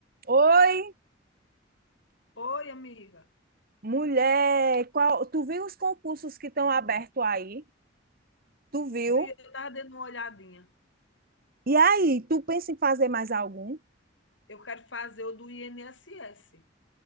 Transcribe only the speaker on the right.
Oi,
mulher, qual, tu viu os concursos que estão abertos aí? Tu viu?
E aí, tu pensa em fazer mais algum?